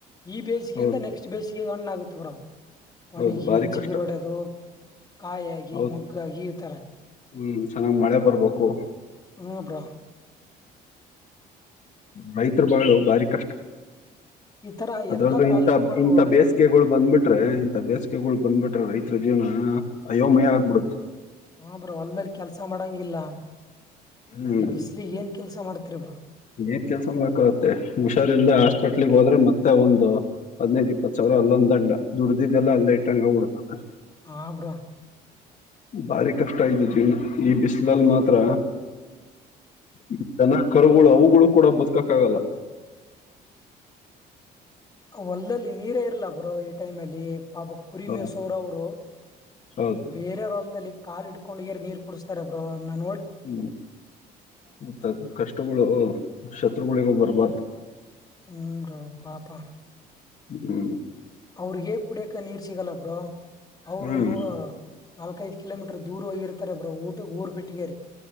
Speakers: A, on the left; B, on the left.
A: ಈ ಬೇಸಿಗೆಯಿಂದ
B: ಹೌದು
A: ನೆಕ್ಸ್ಟ್ ಈಗ ಹಣ್ಣಗುತ್ತೆ ಬ್ರೋ ಒಣಿಗಿ
B: ಹೌದು ಭಾರಿ
A: ಚಿಗುರೊಡೆದು
B: ಕಷ್ಟ
A: ಕಾಯಾಗಿ
B: ಹೌದು
A: ಮೊಗ್ಗಾಗಿ ಈ ತರ
B: ಹ್ಮ್ ಚೆನ್ನಾಗ್ ಮಳೆ ಬರ್ಬೇಕು
A: ಹೂ ಬ್ರೋ.
B: ಬೈತ ಅ ತರ ಬಾಳು ಬಾರಿ ಕಷ್ಟ
A: ಈ ತರ
B: ಅದ್ರಲ್ಲೂ
A: ಎಲ್ಲಾ ತಾಲೂಕುಗಳಿಗೂ
B: ಇಂತ ಇಂತ ಬೇಸಿಗೆಗಳು ಬಂದ್ಬಿಟ್ರೆ ಇಂತ ಬೇಸಿಗೆಗಳು ಬಂದ್ಬಿಟ್ರೆ ರೈತರ ಜೀವನ ಅಯ್ಯೋ ಮಯ ಆಗ್ಬಿಡುತ್ತೆ
A: ಹ ಬ್ರೋ ಅಲ್ಲಲ್ಲಿ ಕೆಲ್ಸ ಮಾಡಂಗಿಲ್ಲ.
B: ಹ್ಮ್
A: ಈ ಬಿಸಿಲಿ ಏನ್ ಕೆಲ್ಸ ಮಾಡ್ತ ತತ್ತತ್ರೆ್ರ
B: ಏನ್ ಕೆಲ್ಸ ಮಾಡಕ್ ಆಗತ್ತೆ ಹುಷಾರ್ಲ್ದೆ ಹಾಸ್ಪೆಟ್ಲ್ಗ್ ಹೋದ್ರೆ ಮತ್ತೆ ಮತ್ತ ಒಂದು ಹಧ್ನೈಧ್ ಇಪ್ಪತ್ತು ಸಾವಿರ ಅಲ್ಲೊಂದ ದಂಡ ದುಡ್ದಿದ್ದಲ್ಲ ಅಲ್ಲೇ ಇಟ್ಟಿಗೆ ಆಗಿಬಿಡುತ್ತೆ
A: ಹಾ ಬ್ರೋ
B: ಭಾರಿ ಕಷ್ಟ ಇದ್ದು ಜೀವನ ಈ ಬಿಸಿಲಲ್ ಮಾತ್ರ ಇಂತನ ಕರ್ಗುಗಳುವು ಕೂಡ ಬದುಕಕ್ಕ ಆಗಲ್ಲ
A: ಹೊಲದಲ್ಲಿ ನೀರೇ ಇರ್ಲ ಬ್ರೋ ಈ ಟೈಮ್ ಅಲ್ಲಿ ಪಾಪ ಕುರಿಮಸೂರ್
B: ಹೌದು
A: ಅವರು
B: ಹೌದು
A: ಬೇರೆ ರಲ್ದಲ್ಲಿ ಕಾಲು ಇಡ್ಕೊಂಡ ನೀರ್ ಕುಡಸ್ತಾರ ಬ್ರೋ ನೋ
B: ಹ್ಮ್ ಮತ್ತದ ಕಷ್ಟಗಳು ಶತ್ರುಗಳಗಬ ಬರಬರ್ದು
A: ಹ್ಮ ರೋ ಪಾಪಾ
B: ಹ್ಮ
A: ಅವ್ರಿಗೆ ಹೇಕ್ ಕುಡಿಯಕ ನೀರ್ ಸಿಗಲ್ಲ ಬ್ರೋ ಅವರು
B: ಹ್ಮ್
A: ನೋ ನಾಲ್ಕ ಐದು ಕಿಲೋಮೀರ್ ದೂರ ಹೋಗಿ ಬ್ರೋ ಊಟ ಊರ್ ಬಿಟ್ಟಿಗೆರಿ